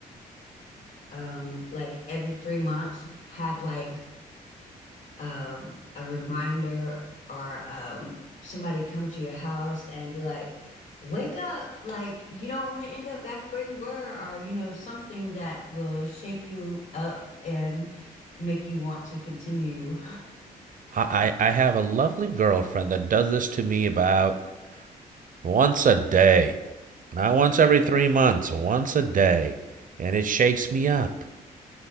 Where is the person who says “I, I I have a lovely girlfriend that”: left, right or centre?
Right